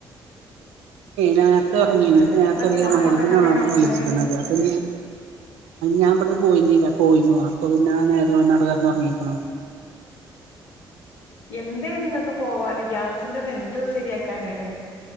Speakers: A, on the right; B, on the left.
A: നേരത്തെ
B: ഏ അപ്പൊ എന്തിനാ
A: ഇറങ്ങിയ
B: ആ
A: മരുബിന
B: സമയത്തൊക്കെ അയിനെ ഒറക്കണ്
A: നീച്ചിക്കുന്നത് അപ്പൊ ഞാൻ പറഞ്ഞ പോയിന്നില്ല പോയിന്ന അപ്പൊ പിന്നെ നേരെ വാട്ടുകാരന്ന് ഇറങ്ങിരിക്കണ
B: എന്തേ നിങ്ങക്ക് പോവാാന് ഗ്യാസിറത് എന്ത് ശരിയാക്കാനാണ്